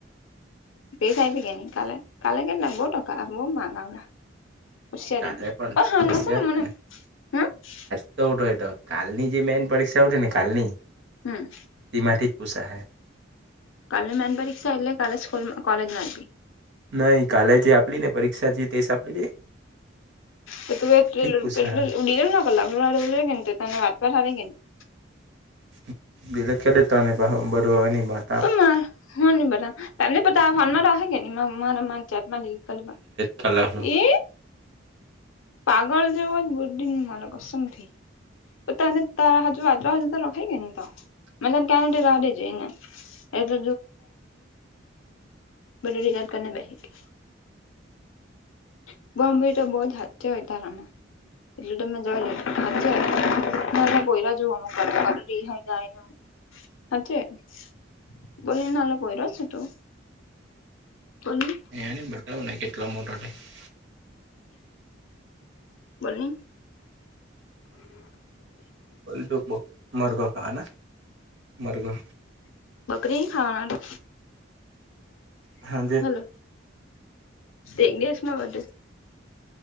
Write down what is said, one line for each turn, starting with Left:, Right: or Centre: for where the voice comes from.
Left: ટેસ્ટ આપી કે નય કાલે કાલે કેટલાક બોવ ટકા આયા બોલ માનવના <unintelligible>
Right: કાલે પણ હોશિયાર કને <unintelligible> કાલની જે મેન પરીક્ષા હતી ને કાલની
Left: હમ.
Right: તેમાંથી જ પૂછા હે.
Left: કાલેની મેન રિક્ષા એટલે કાલે સ્કૂલમાં કોલેજમાં હતી.
Right: નઈ કાલે જે આપેલી ને પરીક્ષા જે ટેસ આપી દે.
Left: હ તો તુંએ
Right: પૂછાય
Left: <unintelligible>
Right: <unintelligible> બધો એની માત.
Left: <unintelligible> બરા તને પણ તો આ ફોનમાં <unintelligible>
Right: કાલે આપણું
Left: એ પાગલ જેવો જ બુદ્ધિ નઈ મલે કસમથી તને તારા તુ વાચવા હોય ત્યારે લખે કે ની તો મને તો ક્યાં રવા દેજે અહીંયા <unintelligible> હમ બધું રિચાર્જ કારીને બેહી ગઈ. <unintelligible> હોય તારામાં એટલું તો મેં જોયલું હ નાનલા પોયરા જેવું કરતો રિહાઈ જાય ને હાચી વાતને બોલને નાનલો પોયરો છે તું. બોલ ને.
Right: <unintelligible>
Left: બોલ ને
Right: બોલ તું બોલ મરઘો ખાના મરઘો?
Left: બકરી નઈ ખાવાના
Right: હાજે.
Left: હલો એક દિવસમાં બધે